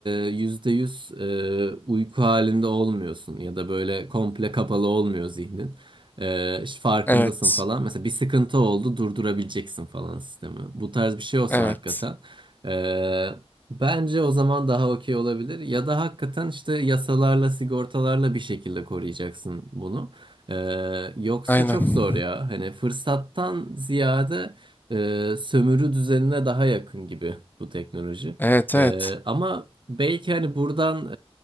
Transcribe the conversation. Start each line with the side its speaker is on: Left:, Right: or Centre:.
Right: e, %100 e, uyku halinde olmuyorsun ya da böyle komple kapalı olmuyor zihnin. Ee, işte farkındasın
Left: Evet.
Right: falan. Mesela bir sıkıntı oldu durdurabileceksin falan sistemi. Bu tarz bir şey olsa
Left: Evet.
Right: hakikaten. ee, bence o zaman daha okey olabilir. Ya da hakikaten işte yasalarla sigortalarla bir şekilde koruyacaksın bunu. Ee, yoksa
Left: Aynen.
Right: çok zor ya. Hani fırsattan ziyade e, sömürü düzenine daha yakın gibi bu teknoloji.
Left: Evet
Right: Ee,
Left: evet.
Right: ama belki hani buradan